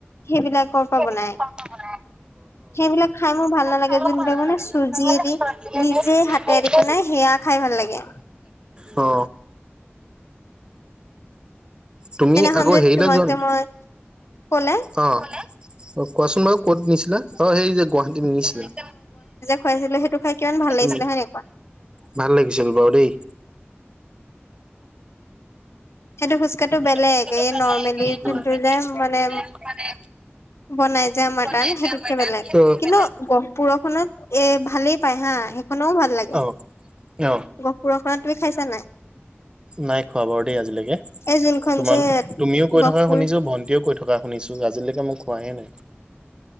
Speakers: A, on the left (about 85°); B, on the right (about 20°).
A: সেইবিলাকৰ পৰা
B: সেইবিলাকতো
A: বনাই
B: বনাই
A: সেইবিলাক খাই মোৰ ভাল নালাগে
B: খাই বৰ
A: যোনবিলাক
B: ভাল
A: মানে
B: নালাগে
A: চুজ
B: যোনবিলাক
A: যিয়ে
B: মানে
A: দি
B: চব্জিয়ে
A: নিজে
B: দি
A: হাতে
B: নিজে
A: এৰি বনাই সেয়া খাই ভাল লাগে।
B: অ তুমি
A: সেইদিনাখন
B: আকৌ
A: যে
B: হেৰিলৈ
A: তোমাক
B: যোৱা
A: যে
B: নি
A: মই কলে
B: অ অ কোৱাচোন বাৰু কত নিছিলে অ সেই যে গুৱাহাটীত নিছিলে।
A: খাইছিল সেইটো খাই। কিমান ভাল লাগিছিলে
B: উ
A: হয় নে কোৱা
B: ভাল লাগিছিল বাৰু দেই।
A: সেইটো ফোজকাটো
B: সেইটো
A: বেলেগ
B: ফুচকাটো
A: এই
B: বেলেগ
A: নৰ্মেলি
B: এই নৰ্মেলি
A: যোনটো যে মানে
B: মানে
A: বনাই যে আমাৰ
B: খোৱা
A: টান
B: নাই যে
A: সেইটোতকে
B: আমাৰ তাত
A: বেলেগ
B: সেইটো
A: কিন্তু।
B: বেলেগ।
A: গহপুৰখনত এ ভালেই পায় হা সেইখনো ভাল লাগে।
B: অ', অ
A: গহপুৰৰ খনত তুমি খাইছা নাই?
B: নাই খোৱা বাৰু দেই আজিলৈকে
A: এই যোনখন
B: তোমাল
A: যে
B: তুমিও কৈ
A: গহপুৰ
B: থকা শুনিছোঁ ভন্টিও কৈ থকা। শুনিছোঁ আজিলৈকে মোক খোৱাহে নাই।